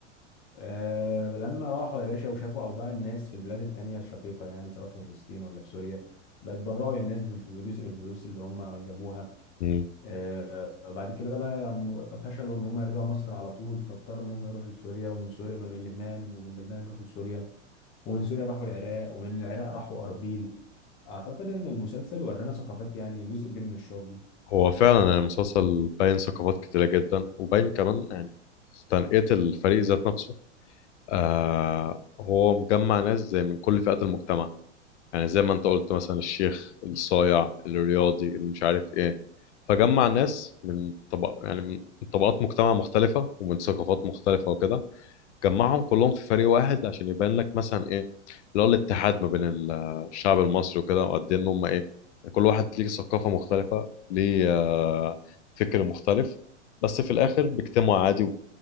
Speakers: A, on the left; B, on the left.
A: أه لما راحوا يا باشا وشافوا اوضاع الناس في البلاد التانية الشقيقه يعني سواء في فلسطين ولا في سوريا بقت بيتبرعوا للناس بجزء من الفلوس اللي هم جابوها
B: مم.
A: آه، بعد كده بقى هم فشلوا ان هم يرجعوا مصر على طول فاضطروا ان هم يروحوا لسوريا ومن سوريا ومن لبنان ومن لبنان يروحوا لسوريا ومن سوريا راحوا العراق ومن العراق راحوا اربيل اعتقد ان المسلسل ورانا ثقافات يعني جزء كبير من الشعوب دي
B: هو فعلا يعني المسلسل باين ثقافات كتيرة جدا وباين كمان يعني تنقية الفريق ذات نفسه آه هو مجمع ناس زي من كل فئات المجتمع يعني زي ما انت قلت مثلا الشيخ الصايع الرياضي اللي مش عارف ايه فجمع ناس من طبق يعني من طبقات مجتمع مختلفة ومن ثقافات مختلفة وكده جمعهم كلهم في فريق واحد عشان يبان لك مثلا ايه اللي هو الاتحاد ما بين ال- الشعب المصري وكده وقد ايه ان هم ايه كل واحد ليه ثقافة مختلفة ليه آه، فكر مختلف بس في الاخر بيجتمعوا عادي